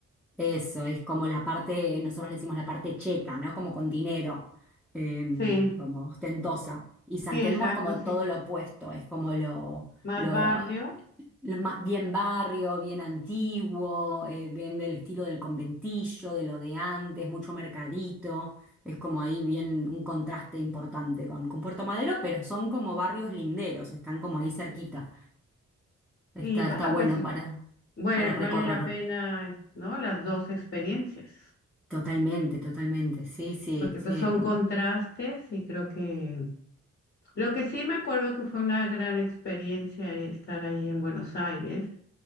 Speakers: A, in the centre; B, on the left.
A: Eso es como la parte, nosotros le decimos la parte cheta, ¿no? Como con dinero, em,
B: Sí,
A: como ostentosa. Y San
B: sí, exacto,
A: Telmo es como
B: sí.
A: todo lo opuesto, es como lo,
B: Más
A: lo,
B: barrio.
A: lo más bien barrio, bien antiguo, eh, bien del estilo del conventillo, de lo de antes, mucho mercadito. Es como ahí bien un contraste importante con, con Puerto Madero, pero son como barrios linderos, están como ahí cerquita. Está,
B: Y bueno,
A: está bueno
B: pues
A: para,
B: bue-
A: para recorrer.
B: vale la pena, ¿no? Las dos experiencias,
A: Totalmente, totalmente. Sí, sí,
B: porque
A: sí.
B: pues son
A: bueno,
B: contrastes y creo que lo que sí me acuerdo que fue una gran experiencia estar ahí en Buenos Aires